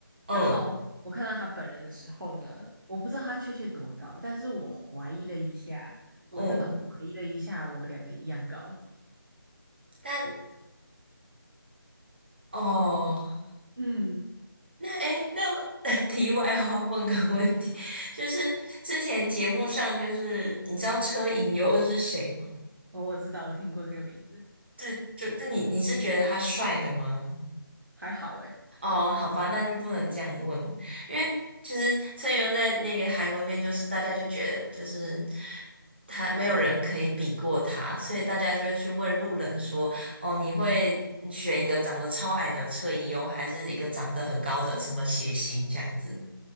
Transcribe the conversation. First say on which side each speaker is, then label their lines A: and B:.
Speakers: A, on the right; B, on the right.
A: 嗯
B: 然后我看到他本人的时候呢，我不知道他确切多高，但是我怀疑了一下，
A: 嗯，
B: 我真的怀疑了一下，我们两个一样高。
A: 但哦。
B: 嗯，
A: 那哎诶，那我 <laughs> 题外话问个问题，就是之前节目上，就是你知道车银优是谁吗？
B: 我我知道，我听过这个名字，
A: 就就那你你是觉得他帅的吗？
B: 还好诶、
A: 哦，好吧，那就不能这样问，因为其实车银优在那个韩国面，就是大家就觉得就是他没有人可以比过他，所以大家就会去问路人说：“哦，你会选一个长得超矮的车银优，还是一个长得很高的什么谐星这样子？”